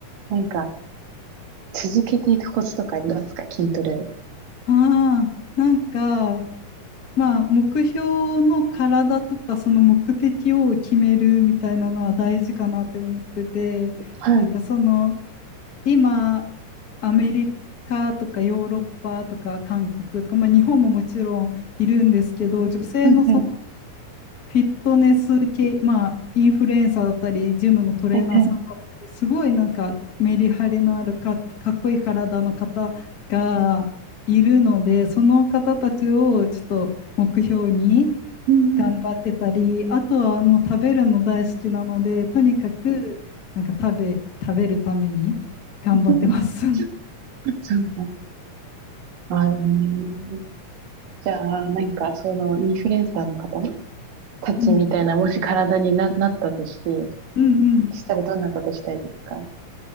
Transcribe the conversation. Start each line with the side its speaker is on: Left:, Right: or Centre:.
Right: なんか、続けていくコツとかありますか筋トレを。
Left: ああ、なんか、まあ、目標の体とか、その目的を決めるみたいなのは大事かなって思ってて、
Right: はい。
Left: なんかその、今、アメリカとかヨーロッパとか韓国とか、まあ、日本ももちろんいるんですけど、女性のその
Right: はい、はい、
Left: フィットネス系、まあ、インフルエンサーだったり、ジムのトレーナーさんだったり、
Right: はい、はい。
Left: すごいなんかメリハリのあるか、かっこいい体の方がいるので、その方たちをちょっと目標に
Right: うん。
Left: 頑張ってたり、あとはもう食べるの大好きなので、とにかくなんか食べ、食べるために頑張ってます。
Right: そうな
Left: <laughs>
Right: んですね。あーじゃあ、なんか、その、インフルエンサーの方たちみたいな、
Left: うん、
Right: もし体にな、なったとして、
Left: うんうん。
Right: そしたらどんなことしたいですか